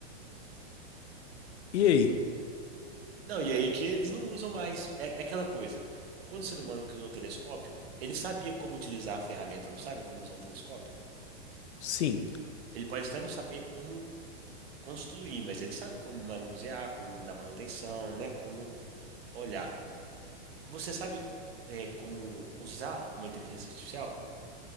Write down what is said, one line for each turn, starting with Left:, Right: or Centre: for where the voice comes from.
Left: E aí?
Right: Não, e aí que eles não usam mais. É, é aquela coisa. Quando o ser humano criou o telescópio, ele sabia como utilizar a ferramenta, não sabe como usar um telescópio?
Left: Sim,
Right: Ele pode até não saber como construir, mas ele sabe como manusear, como dar manutenção, né? Como olhar. Você sabe, é, como usar uma inteligência artificial?